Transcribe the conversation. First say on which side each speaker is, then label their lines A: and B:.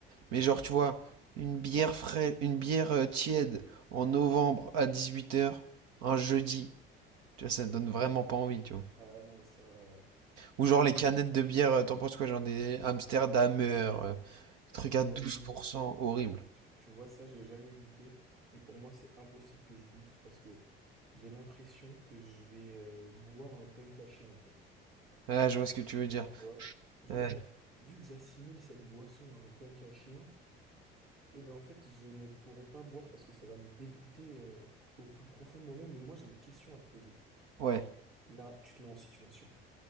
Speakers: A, on the right; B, on the right.
A: Mais genre, tu vois, une bière frais, une bière euh, tiède en novembre à 18h, un jeudi, tu vois, ça donne vraiment pas envie, tu vois.
B: Ah non, ça.
A: Ou genre
B: Mais
A: les canettes de bière, euh, t'en penses quoi? Genre des Amsterdamer, euh, truc à
B: pour
A: 12%,
B: moi,
A: horrible.
B: tu, tu vois, ça, j'ai jamais goûté. Et pour moi, c'est impossible que je goûte parce que j'ai l'impression que je vais euh, boire un punk à chien, en fait.
A: Ah, je vois ce que tu veux dire.
B: Tu vois? Genre,
A: Ouais,
B: j'ai vu que j'assimile cette boisson à un punk à chien. Eh ben en fait, je ne pourrais pas boire parce que ça va me dégoûter euh, au plus profond de moi-même. Mais moi, j'ai une question à te poser.
A: ouais,
B: Là, tu te mets en situation.